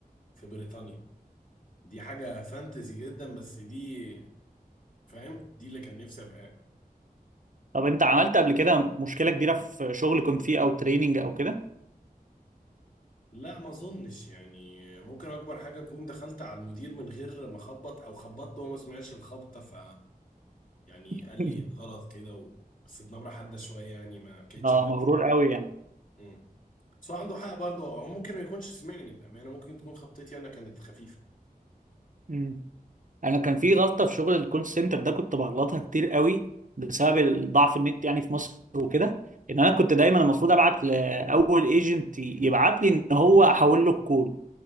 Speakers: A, on the left (about 60°); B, on the right (about 55°).
A: في بريطانيا دي حاجة فانتزي جدا بس دي فاهم دي اللي كان نفسي ابقى
B: طب انت عملت قبل كده مشكلة كبيرة في شغل كنت فيه او تريننج او كده
A: لا ما اظنش يعني ممكن اكبر حاجه اكون دخلت على المدير من غير ما اخبط او خبطت وهو ما سمعش الخبطه ف يعني
B: <laughs>
A: قال لي غلط كده و... بس بنبره حاده شويه يعني ما بكيتش
B: اه
A: اكتر
B: مغرور قوي يعني
A: امم بس هو عنده حق برضه هو ممكن ما يكونش سمعني بامانه ممكن تكون خبطتي انا كانت خفيفه
B: مم. انا كان في غلطة في شغل الكول سنتر ده كنت بغلطها كتير قوي بسبب ضعف النت يعني في مصر وكده ان انا كنت دايما المفروض ابعت لاول ايجنت يبعت لي ان هو احول له الكول